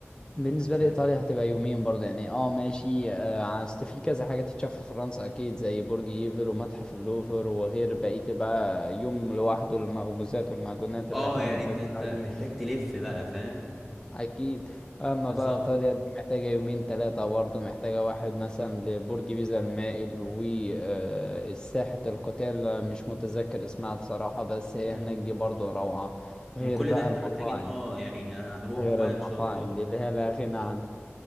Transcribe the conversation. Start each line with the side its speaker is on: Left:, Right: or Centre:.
Left: بالنسبة
Centre: بالنسبة
Left: لإيطاليا
Centre: لك ايه
Left: هتبقى يومين برضه يعني اه ماشي آه، أصل في كذا حاجة تتشاف في فرنسا أكيد زي برج إيفل ومتحف اللوفر وغير بقية بقى يوم لوحده للمخبوزات والمعجونات اللي
Centre: اه
Left: احنا
Centre: يعني
Left: بنحبها
Centre: انت انت محتاج
Left: دي
Centre: تلف بقى فاهم
Left: أكيد أما
Centre: بالظبط
Left: بقى إيطاليا دي محتاجة يومين تلاتة برضه محتاجة واحد مثلا لبرج بيزا المائل وساحة القتال مش متذكر اسمها بصراحة بس هي
Centre: امم
Left: هناك دي برضه روعة غير
Centre: من كل
Left: بقى
Centre: ده احنا
Left: المطاعم
Centre: محتاجين اه يعني هنروحه
Left: غير
Centre: بقى
Left: المطاعم
Centre: ان شاء الله
Left: دي اللي هي لا غنى عنها